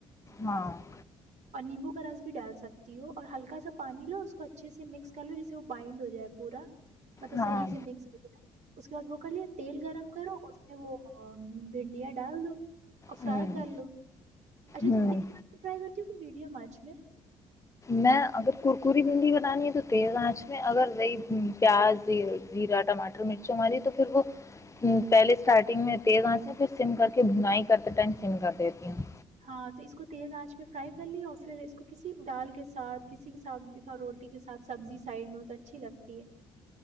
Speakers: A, on the left; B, on the right.
A: ہاں <unintelligible>
B: اور نیمبو کا رس بھی ڈال سکتی ہو اور ہلکا سا پانی لو اور اس کو اچھے سے مکس کر لو جسے وہ بائنڈ ہو جائے پورا مطلب
A: ہاں
B: صحی سے مس <unintelligible> اس کے بعد وہ کر لیا تیل گرم کرو اس میں وہ بھنڈیاں ڈال دو اور فرائی
A: ہوں
B: کر لو اچھا
A: ہوں
B: تم تیل فرائی کر کیکہ میڈیم آج میں <unintelligible>
A: میں اگر کرکری بھنڈی بنانی ہے تو تیز آنچ میں اگر وہی پیاز زیرہ ٹماٹر مرچ ہماریی تو پھر وہ پہلے اسٹارٹنگ میں تیز آنچ میں پھر سم کر کے بنائی کرتے ٹائم سم کر دیتی ہوں
B: ہاں تو اس کو تیل آنچ پہ فرائی کر لیا اور پھر اس کو کسی دال کے ساتھ کسی کے ساتھ بھی روٹی کے ساتھ سبزی سائڈ میں تو اچھی لگتی ہے